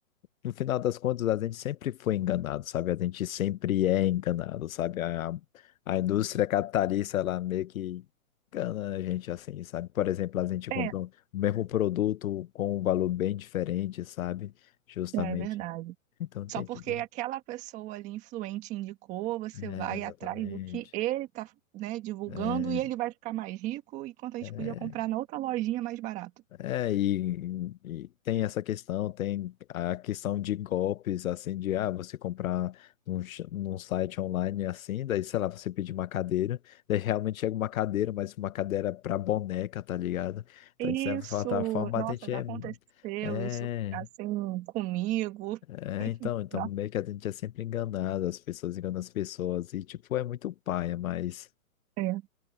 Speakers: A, on the left (about 75°); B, on the right (about 15°).
A: no final das contas, a gente sempre foi enganado, sabe? A gente sempre é enganado, sabe? A, a indústria capitalista, ela meio que engana a gente assim, sabe? Por exemplo, a gente compra
B: É,
A: o mesmo produto com um valor bem diferente, sabe? Justamente.
B: é verdade.
A: Então tem
B: Só porque
A: tipo.
B: aquela pessoa ali influente indicou, você
A: É,
B: vai
A: exatamente.
B: atrás do que ele tá, né, divulgando
A: É,
B: e ele vai ficar mais rico, enquanto a gente
A: é,
B: podia comprar na outra lojinha mais barato.
A: é, e, e tem essa questão, tem a questão de golpes, assim, de ah, você comprar num, ch- num site online assim, daí, sei lá, você pedir uma cadeira, daí realmente chega uma cadeira, mas uma cadeira é pra boneca, tá ligado? Então,
B: Isso,
A: de certa forma,
B: nossa,
A: a gente
B: já
A: é.
B: aconteceu
A: É,
B: isso assim comigo.
A: é, então, então
B: Nossa,
A: meio que a gente é sempre enganado, as pessoas enganam as pessoas, e tipo, é muito paia, mas.
B: é.